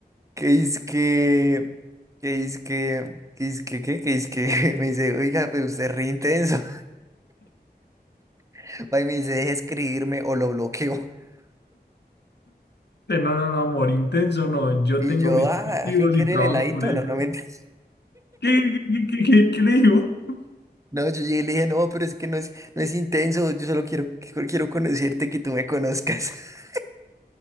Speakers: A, on the right; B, on the left.
A: Que es que, que es que, que es que, ¿qué? que es que, <laughs> me dice, oiga, pero usted es re intenso. <laughs> Va y me dice, deje de escribirme o lo bloqueo. <laughs>
B: Usted, no, no, no, amor, intenso, no, yo
A: Y
B: tengo
A: yo,
B: mis
A: ah,
B: objetivos
A: al fin quiere
B: y trabajo
A: el heladito,
B: por ellos.
A: no, no me entiendes. <laughs>
B: ¿Qué, qué, qué, qué, qué- qué le digo?
A: No, yo llegué y le dije, no, pero es que no es, no es intenso, yo solo quiero, quiero quiero conocerte, que tú me conozcas. <laughs>